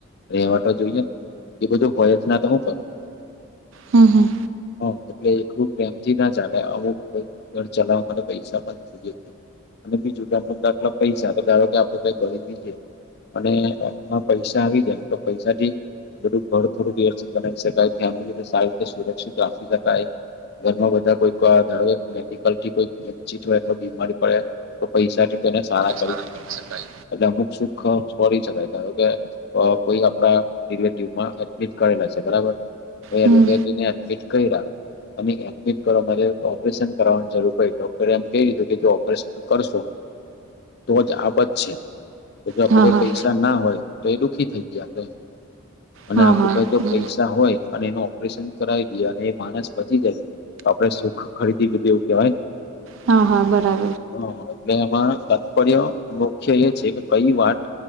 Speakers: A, on the left; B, on the right.
A: ને એ વા જોઈએ ને બધું હોય જ તો હું કરું?
B: હમ્મ હમ્મ.
A: હા એટલે એલું પ્રેમથી ના જલે આવું ઘર ચલાવવા માટે પૈસા પણ જોઈએ છે. અને બીજું કે મુદ્દાખલા પૈસા ધારો કે આપડે કઈ ખરીદી જે અને એમાં પૈસા આવી જાય તો પૈસાથી બધું ઘર થોડું વ્યવસ્થિત બનાવી શકાય ફેમિલીને સારી રીતે સુરક્ષિત રાખી શકાય. ઘરમાં બધા કોઈ ધો ધારો મેડિકલ થી કોઈ વચિત હોય અથવા બીમારી પડે તો પૈસા જે તને સારા
B: સારા ક શકાય
A: એટલે અમુક સુખ ફોડી શકાય ધારો કે અહ કોઈ આપડા રિલેટિવ માં એમ કરેલા છે બરાબર? તો
B: હમ
A: રુજરાતીને એડમિટ કર્યા અને એ એડમિટ કરો મારે ઓપરેશન કરવાની જરૂર પડ ડોક્ટરે એમ કહી દીધું કે જો ઓપરેશન કરશો તો જ આબત છે. તો જો આપડે
B: હા હા
A: પૈસા ના હોય, તો એ દુઃખી થઈ ગયા કે. અને
B: હા
A: આપડી
B: હા
A: પાસે પૈસા હોય અને એનું ઓપરેશન કરાવી દઈએ અને એ માનસ બચી જાય તો આપડે સુખ ખરીદી લીધું એવું કેહેવાય ને?
B: હા હા બરા
A: હા. એટલે એમાં તાત્પર્ય મુખ્ય એ છે કે કઈ વાત